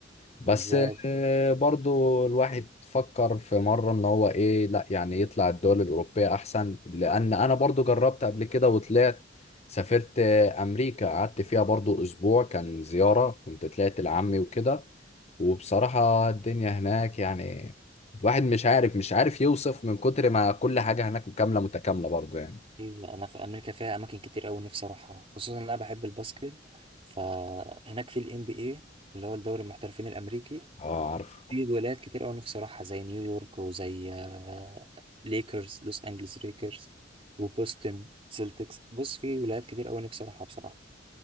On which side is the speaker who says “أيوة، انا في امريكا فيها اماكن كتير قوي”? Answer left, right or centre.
Right